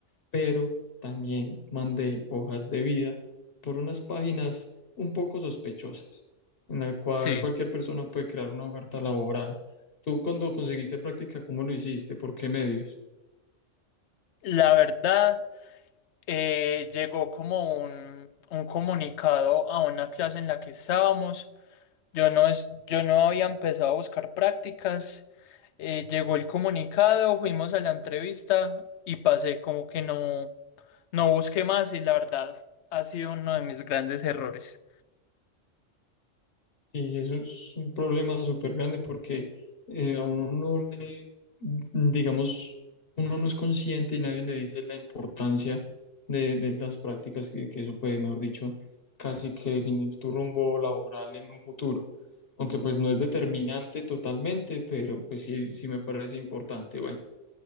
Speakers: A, on the left; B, on the left.
A: pero también mandé hojas de vida por unas páginas un poco sospechosas, en la cual
B: sí.
A: cualquier persona puede crear una oferta laboral. Tú cuando conseguiste práctica, ¿cómo lo hiciste? ¿Por qué medio?
B: La verdad, eh, llegó como un, un comunicado a una clase en la que estábamos Yo no, es, yo no había empezado a buscar prácticas. eh, llegó el comunicado, fuimos a la entrevista y pasé como que no, no busqué más y la verdad ha sido uno de mis grandes errores.
A: Y eso es un problema súper grande porque eh, a uno no le, digamos, uno no es consciente y nadie le dice la importancia de, de las prácticas que, que eso puede, mejor dicho, casi que definir tu rumbo laboral en un futuro. Aunque pues no es determinante totalmente, pero pues sí, sí me parece importante. Bueno.